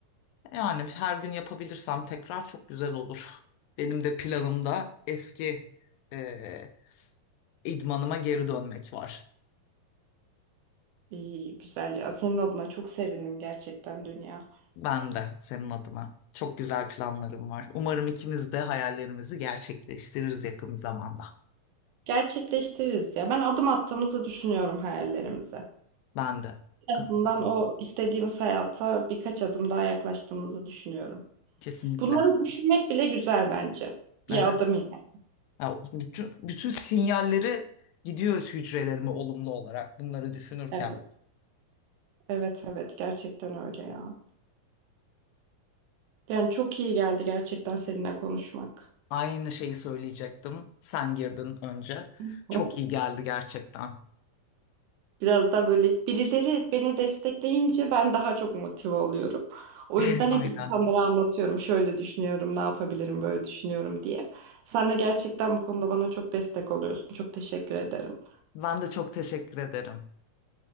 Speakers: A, on the left; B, on the right.
A: Yani her gün yapabilirsem tekrar çok güzel olur. Benim de planımda eski eee idmanıma geri dönmek var.
B: iyi, güzel ya. Senin adına çok sevindim gerçekten dünya.
A: Ben de senin adına. Çok güzel planlarım var. Umarım ikimiz de hayallerimizi gerçekleştiririz yakın zamanda.
B: Gerçekleştiririz ya. Ben adım attığımızı düşünüyorum hayallerimize.
A: Ben de
B: En
A: katılıyorum.
B: azından o istediğimiz hayata birkaç adım daha yaklaştığımızı düşünüyorum.
A: Kesinlikle.
B: Bunları düşünmek bile güzel bence. Bir
A: Evet.
B: adım yani.
A: Ha, bütün, bütün sinyalleri gidiyoruz hücrelerime olumlu olarak bunları düşünürken.
B: Evet, evet, evet. Gerçekten öyle ya. Yani çok iyi geldi gerçekten seninle konuşmak.
A: Aynı şeyi söyleyecektim. Sen girdin önce.
B: <laughs>
A: Çok iyi geldi gerçekten.
B: Biraz daha böyle birileri beni destekleyince ben daha çok motive oluyorum. O
A: <laughs>
B: yüzden
A: Aynen.
B: hep insanlara anlatıyorum. Şöyle düşünüyorum, ne yapabilirim, böyle düşünüyorum diye. Sen de gerçekten bu konuda bana çok destek oluyorsun. Çok teşekkür ederim.
A: Ben de çok teşekkür ederim.